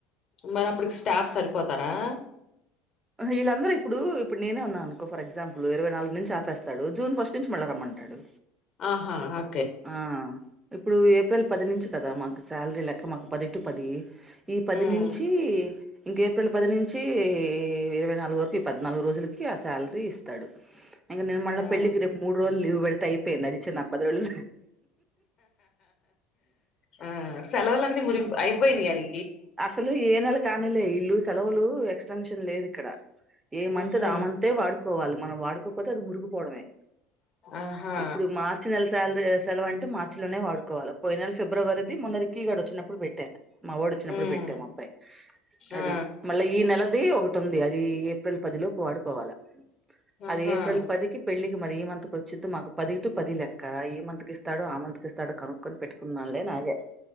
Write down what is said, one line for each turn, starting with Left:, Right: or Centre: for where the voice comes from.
Left: మరి అప్పుడుకి స్టాఫ్ సరిపోతారా
Right: ఈళ్ళందరూ ఇప్పుడూ ఇప్పుడు నేనే ఉన్నా అనుకో ఫర్ ఎగ్జాంపులు ఇరవై నాలుగు నుంచి ఆపేస్తాడు జూన్ ఫస్ట్ నుంచి మళ్ళ రమ్మంటాడు
Left: ఆహా అ
Right: ఆ ఇప్పుడు ఏప్రిల్ పది నుంచి కదా మాకు శాలరీ లెక్క మాకు పది టూ పదీ ఈ పది
Left: ఉమ్
Right: నించీ ఇంక ఏప్రిల్ పది నించీ ఈ ఇరవై నాలుగు వరకు ఈ పద్నాలుగు రోజులు ఆ శాలరీస్తాడు ఇంక నేను మళ్ళ
Left: ఉమ్
Right: ప పెళ్లికి రేపు మూడు రోజులు లీవ్ పెడితే అయిపోయింది అడి చిప్పది రోజులు
Left: ఆ సెలవులన్నీ మురిగి అయిపోయినాయి అని
Right: అసలు ఏ నెలకు ఆనేలే ఇల్లు సెలవులు సంక్షేన్ లేదు ఇక్కడ ఏ మంత్ది
Left: ఉహు
Right: ఆ మాంతే వాడుకోవాలి మనం వాడుకోకపోతే అది మురుగు పోడమే
Left: ఆహా
Right: ఇప్పుడు మార్చి నెల శాలరీ సెలవు అంటే మార్చి లోనే వాడుకోవలే పోయి నెల ఫిబ్రవరిది మొన్న రిక్కీగాడు వచ్చినప్పుడు పెట్ట మా వాడు వచ్చినప్పు ఇప్పుడు
Left: ఉమ్
Right: పెట్టా మా అబ్బాయి అది
Left: ఆ
Right: మళ్ళా ఈ నెలది ఒక ఉంది అది ఏప్రిల్ పది లోపు వాడుకోవాల అది
Left: ఆహా
Right: ఏప్రిల్ పది కీ పెళ్ళి మరి ఈ మంత్కి వచ్చిద్ మాకు పది టు పది లెక్క ఈ మంత్కి ఇస్తాడు ఆ మంతి ఇస్తాడు కనుక్కొని పెట్టుకుందాంలే అని ఆగా